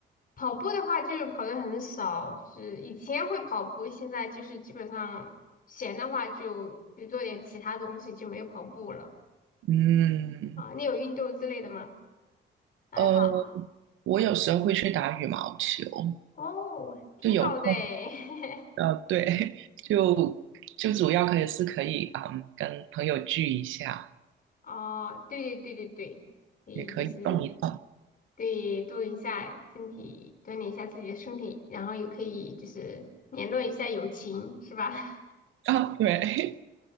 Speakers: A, on the left (about 45°); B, on the right (about 80°).
A: 跑步的话就是跑的很少，就是以前会跑步，现在就是基本上闲的话就就做点其他东西，就没有跑步了
B: 嗯
A: 啊。你有运动之类的吗？爱好
B: 呃，我有时候会去打羽毛球，
A: 哦，挺好的诶。
B: 就有空，呃，对，<laughs> 就就主要可以是可以，嗯，跟朋友聚一下，
A: <laughs> 哦，对对对对对，可以就是
B: 也可以动一动
A: 对动一下身体，锻炼一下自己的身体，然后也可以就是联络一下友情，是吧？<laughs>
B: 啊，对，